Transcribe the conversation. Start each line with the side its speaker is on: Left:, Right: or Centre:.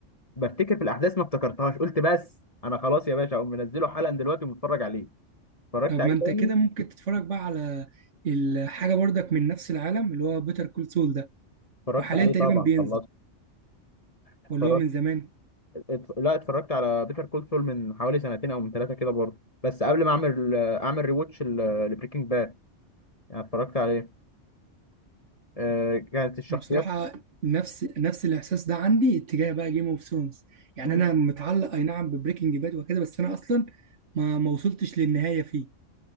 Left: في الاحداث ما افتكرتهاش قلت بس انا خلاص يا باشا اقوم منزله حالا دلوقتي ومتفرج عليه اتفرجت
Right: طب
Left: عليه
Right: ما انت
Left: تاني
Right: كده ممكن تتفرج بقى على الحاجه برضك من نفس العالم اللي هو بيتر كول سول
Left: اتفرجت
Right: وحاليا
Left: عليه
Right: تقريبا
Left: طبعا
Right: بينزل
Left: خلصت اتفرجت
Right: واللي هو من زمان
Left: ات- لا اتفرجت على بيتر كول سول من حوالي سنتين او من ثلاثه كده برضه بس قبل ما اعمل آه، اعمل ريواتش لبريكنج يعني اتفرجت عليه آه كانت الشخصيات
Right: انا بصراحه نفس نفس الاحساس ده عندي اتجاه بقى جيم اوف ثرونز يعني
Left: مم.
Right: انا متعلق اي نعم ببريكنج باد وكده بس انا اصلا ما ما وصلتش للنهايه فيه